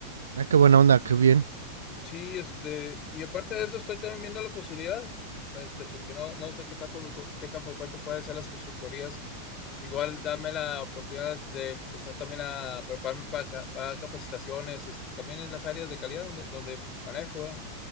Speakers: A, on the right (about 70°); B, on the left (about 30°).
A: Ah, qué buena onda, qué bien.
B: Sí, este, y aparte de eso estoy también viendo la posibilidad, este, porque no, no sé qué tanto, qué tan frecuente pueden ser las consultorías. Igual dame la oportunidad de empezar también a prepararme para, ca- para capacitaciones, este, también en las áreas de calidad donde, donde manejo, ¿verdad?